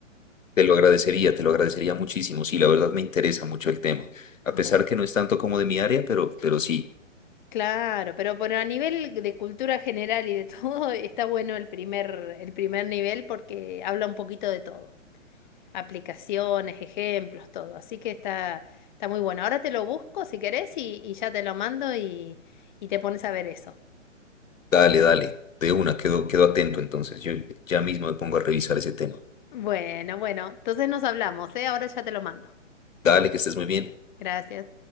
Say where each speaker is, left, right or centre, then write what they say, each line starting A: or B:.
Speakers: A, on the left (about 80°); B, on the left (about 40°).
A: Te lo agradecería, te lo agradecería muchísimo. Sí, la verdad me interesa mucho el tema. A
B: Bueno,
A: pesar que no es tanto como de mi área, pero, pero sí,
B: claro, pero bueno, a nivel de cultura general y de todo, <laughs> está bueno el primer, el primer nivel porque habla un poquito de todo. aplicaciones, ejemplos, todo. Así que está, está muy bueno. Ahora te lo busco si querés y, y ya te lo mando y, y te pones a ver eso.
A: dale, dale. De una, quedo, quedo atento entonces. Yo ya mismo me pongo a revisar ese tema.
B: Bueno, bueno, entonces nos hablamos, ¿eh? Ahora ya te lo mando.
A: Dale, que estés muy bien.
B: Gracias.